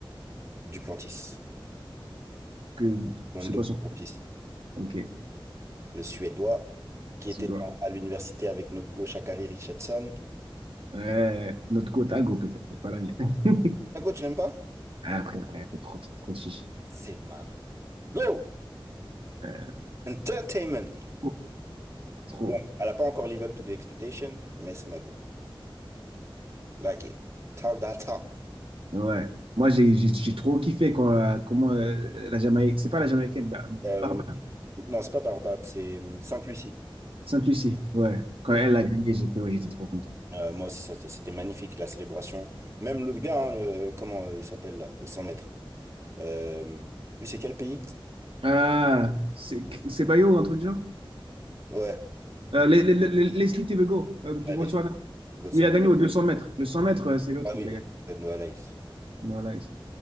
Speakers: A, on the right; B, on the right.
A: Duplantis.
B: que
A: Lando
B: c'est quoi
A: Duplantis.
B: son prénom? Ok,
A: Le Suédois qui
B: ce
A: était
B: doigt.
A: en- à l'université avec notre gauche Shakari Richardson.
B: Ouais, notre côte à go peut-être, mais pas la mienne. <laughs>
A: Ta go, tu l'aimes pas?
B: Ah, Après, elle fait trop, trop, trop de chichi.
A: C'est ma go!
B: Euh,
A: Entertainment!
B: trop. trop,
A: Bon, elle n'a pas encore live up to the expectation, mais c'est ma go. Like it. Talk that talk.
B: Ouais. Ouais. Moi, j'ai j'ai- j'ai trop kiffé quand, euh, comment euh, la Jamaïque, c'est pas la Jamaïcaine, Bar-
A: Euh,
B: Barbara,
A: non, c'est pas Barbade, c'est euh, Sainte-Lucie.
B: Sainte-Lucie. Ouais. Quand
A: Voilà.
B: elle a gagné, j'ai fait, ouais, j'étais trop content.
A: Euh, moi aussi, c'était c'était magnifique, la célébration. Même l'autre gars, hein, le- comment euh, il s'appelle là, au 100 mètres. Euh, lui, c'est quel pays?
B: Ah, c'est c'est Bayo, un truc du genre?
A: Ouais,
B: Euh, les Le- Le- Leslie Tebego, euh, du
A: allez,
B: Botswana.
A: Botswana.
B: Lui, Il a gagné aux 200 mètres. Le 100 mètres, euh, c'est l'autre
A: Ah
B: qui
A: oui,
B: a gagné.
A: Ted Wallace.
B: Non, là, il-